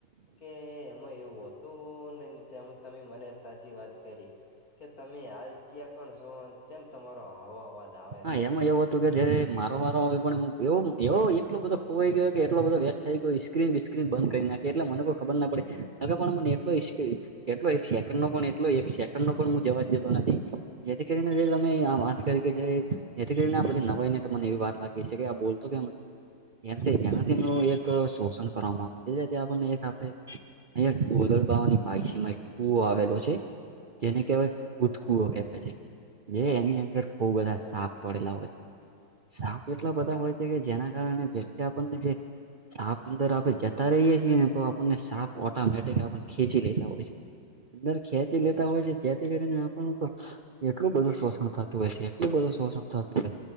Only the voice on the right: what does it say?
હા
એમાં એવું હતું કે જે મારો વારો આવ્યો પણ એવ એવો એટલો બધો ખોવાઈ ગયો કે એટલો બધો વ્યસ્ત થઈ કોઈ સ્ક્રીન બિસ્ક્રીન બંધ કરી નાખે એટલે મને કોઈ ખબર ના પડે અગે પણ મને એટલો એટલો એક સેકન્ડ નો પણ એટલો એક સેકન્ડ નો પણ જવા જ જતો નથી જેથી કરીને જે તમે વાત
કરી કે જે જેથી કરીને આ બધી નવાઈ ને તો મને એવી વાત લાગી છે કે આ બોલતો કેમ જેથી જેનાથી ન એક શોષણ કરવામાં આવ આપણને એક આપણે <unintelligible> ની
માસીમાં એક કુવો આવેલો છે જેને કહેવાય ભૂત
કૂવો
કહેવાય છે. જે એની અંદર ખુબ બધા સાપ પડેલા હોય છે. શાપ એટલા બધા
હોય છે
કે જેના કારણે જેકે આપણને જે સાપ અંદર આપણેે જતા રહીએ છીએ ને તો આપણને સાપ ઓટોમેટિક આપને ખેંચી લેતા હોય છે. અંદર ખેંચી
લેતા હોય છે જેથી કરીને આપણું તો એટલું બધું શોષણ થતું હોય છે. એ બધું શોષણ થતું છે.